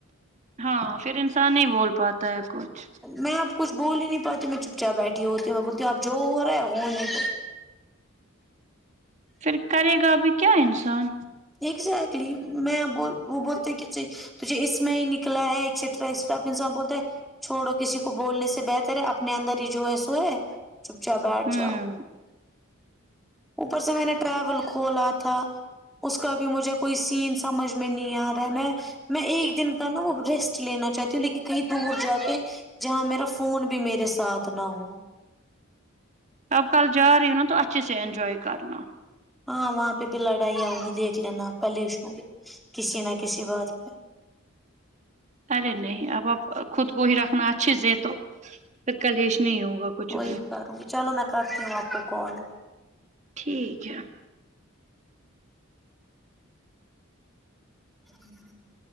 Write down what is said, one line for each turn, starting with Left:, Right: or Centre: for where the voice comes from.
Right: ہاں پھر انسان نہیں بول پاتا ہے کچھ
Centre: میں اب کچھ بول ہی نہیں پاتی میں چپ چاپ بیٹھی ہوتی ہوں میں بولتی ہوںب جو ہو رہا ہے ا نہیں تو
Right: پھر کرے گا ب کیا انسان
Centre: ایکزیکلی میں وہ بولتے گ توج جو اس میں ہی نکلا ہے ایکسٹراسٹا بولتا ہے چھوڑو کسی کو بولنے سے بہتر ہے اپنے اندر ہی جو ہے سو ہے چپ چاپ بیٹھ
Right: ہوں
Centre: جاؤ اوپر سے میں نے ٹریول کھولا تھا اس کا بھی مجھے کوئی سین سمجھ میں نہیں آ رہا ہے میں میں ایک دن کا نا وہ ریسٹ لینا چاہتی ہوں لیکن کہیں دور جا کے جہاں میرا فون بھی میرے ساتھ نہ ہو
Right: تبقل جار رہ نا تو اتھی سے اینجوائے کرنا
Centre: ہاں وہاں پہ بھی لڑائییاں ہوں گی دیکھ لینا کلیش ہوں گی کسی نہ کسی بات پہ
Right: ارے نہیں اب اب خود کو ہی رکھنا اچھے سے تو کلیش نہیں ہوگا کچھ
Centre: وہی
Right: بھی
Centre: کروں گی چلو میں کرتی ہوں آپ کو کال
Right: ٹھیک ہے
Centre: ہی